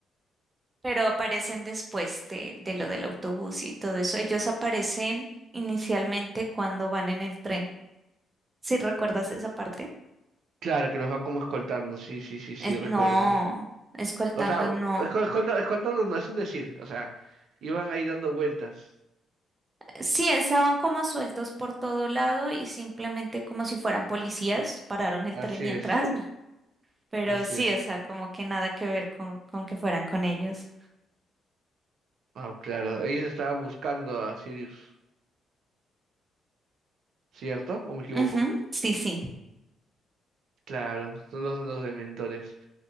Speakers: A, on the right (about 25°); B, on the right (about 70°).
A: pero aparecen después de, de lo del autobús y todo eso. Ellos aparecen inicialmente cuando van en el tren. ¿Sí recuerdas esa parte?
B: Claro, que los van como escoltando, sí, sí, sí, sí,
A: Eh,
B: recuerdo.
A: no, escoltando
B: O sea, esco-
A: no.
B: escolta- escoltando no es un decir, o sea, iban ahí dando vueltas.
A: Sí, estaban como sueltos por todo lado y simplemente como si fueran policías, pararon el
B: Así
A: tren y
B: es,
A: entraron. <laughs> Pero
B: así
A: sí,
B: es.
A: o sea, como que nada que ver con, con que fueran con ellos.
B: Ah, claro, ellos estaban buscando a Sirius, ¿cierto? ¿O me equivoco?
A: Ujú, sí, sí.
B: Claro, son los, los dementores.